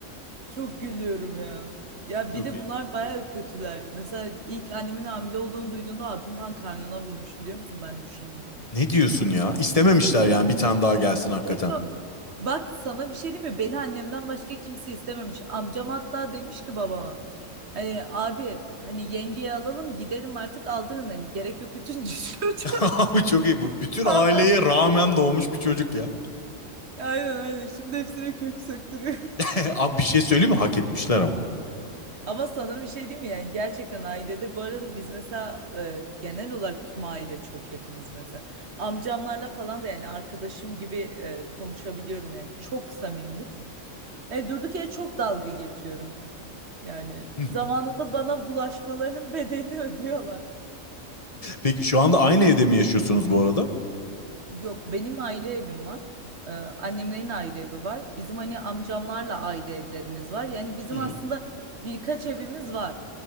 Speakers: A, on the right; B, on the left.
A: Çok gülüyorum ya. Ya
B: Çok
A: bir de
B: iyi.
A: bunlar bayağı kötüler. Mesela ilk annemin hamile olduğunu duyduğunda abim falan karnına vurmuş biliyor musun? Ben düşeyim diye.
B: Ne diyorsun ya? İstememişler yani bir tane daha gelsin hakikaten.
A: Demiyor. Bak sana bir şey diyeyim mi? Beni annemden başka kimse istememiş. Amcam hatta demiş ki babama. Hani abi hani yengeyi alalım gidelim artık aldırın hani gerek yok üçüncü çocuğa.
B: <laughs> Abi çok iyi bu. Bütün
A: <laughs>
B: aileye rağmen doğmuş bir çocuk ya.
A: Aynen aynen. Şimdi hepsine kök söktürüyor.
B: <laughs> Abi bir şey söyleyeyim mi? Hak etmişler ama.
A: Ama sana bir şey diyeyim mi? Yani gerçekten ailede bu arada biz mesela e, genel olarak tüm aile çok yakınız mesela. Amcamlarla falan da yani arkadaşım gibi e, konuşabiliyorum yani çok samimiyiz. E, durduk yere çok dalga geçiyorum. Yani
B: <laughs>
A: zamanında bana bulaşmalarının <laughs> bedelini ödüyorlar.
B: Peki şu anda aynı evde mi yaşıyorsunuz bu arada?
A: Yok benim ayrı evim var. E, annemlerin ayrı evi var. Bizim hani amcamlarla ayrı evlerimiz var. Yani bizim
B: Hı hı.
A: aslında birkaç evimiz var.